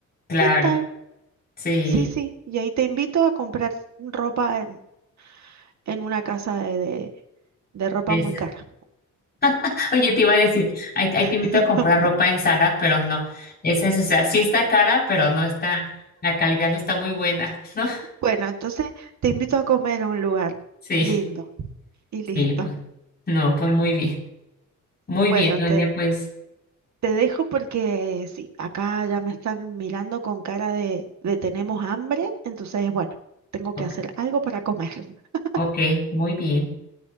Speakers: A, on the left (about 30°); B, on the right (about 65°).
A: claro.
B: ¿Qué tal?
A: Sí.
B: Sí, sí, y ahí te invito a comprar ropa en, en una casa de, de, de ropa
A: eso.
B: muy cara.
A: <laughs> Oye, te iba a decir, ahí, ahí te invito
B: <laughs>
A: a comprar ropa en Zara, pero no. Es eso, o sea, sí está cara, pero no está, la calidad no está muy buena, <laughs> ¿no?
B: Bueno, entonces te invito a comer a un lugar
A: Sí,
B: lindo y listo.
A: sí, pues.
B: <laughs>
A: No, pues muy bien. Muy
B: Bueno,
A: bien, oye,
B: te,
A: pues,
B: te dejo porque sí, acá ya me están mirando con cara de, de tenemos hambre, entonces bueno, tengo
A: ok,
B: que hacer algo para comer. <laughs>
A: ok, muy bien.